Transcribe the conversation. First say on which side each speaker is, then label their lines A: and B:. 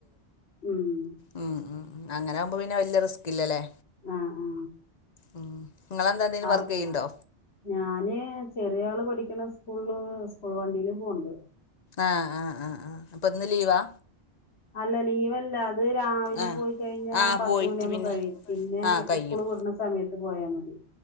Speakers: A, on the left; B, on the left.
A: ഉംഹ്.
B: ഉംഹ്, ഉംഹ് അങ്ങനെ ആവുമ്പോ പിന്നെ വല്ല്യ റിസ്കില്ലല്ലേ.
A: ആഹ് ആഹ്.
B: ഉംഹ് നിങ്ങെളന്താന്തേലും
A: ആഹ്
B: വർക്ക് യ്യുണ്ടോ?
A: ഞാന് ചെറിയ ആള് പഠിക്കണ- സ്കൂള് സ്കൂൾ വണ്ടിയില് പോണ്ട്.
B: ആഹ് ആഹ് ആഹ് ആഹ് അപ്പോ ഇന്ന് ലീവാ?
A: അല്ല ലീവല്ല അത് രാവിലെ
B: ആഹ്
A: പോയി കഴിഞ്ഞ
B: ആഹ്
A: പത്ത്
B: പോയിട്ട്
A: മണിയാവുമ്പോ
B: പിന്നെ
A: കഴിയും, പിന്നെ
B: ആഹ് കഴിയും
A: സ്കൂള് വിട്ട്ണ സ- സമയത്ത് പോയാ മതി.